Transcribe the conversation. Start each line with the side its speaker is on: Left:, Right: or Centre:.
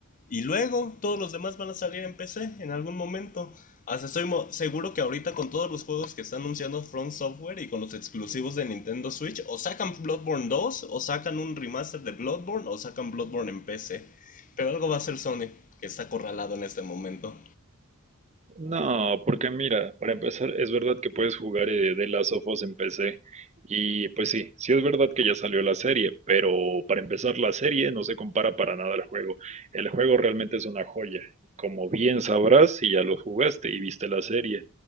Left: Y luego todos los demás van a salir en PC en algún momento. Hasta estoy seguro que ahorita con todos los juegos que está anunciando From Software y con los exclusivos de Nintendo Switch, o sacan Bloodborne 2, o sacan un remaster de Bloodborne, o sacan Bloodborne en PC. Pero algo va a hacer Sony, que está acorralado en este momento.
Right: No, porque mira, para empezar, es verdad que puedes jugar de The Last of Us en PC. Y pues sí, sí es verdad que ya salió la serie, pero para empezar la serie no se compara para nada al juego. El juego realmente es una joya. Como bien sabrás si ya lo jugaste y viste la serie.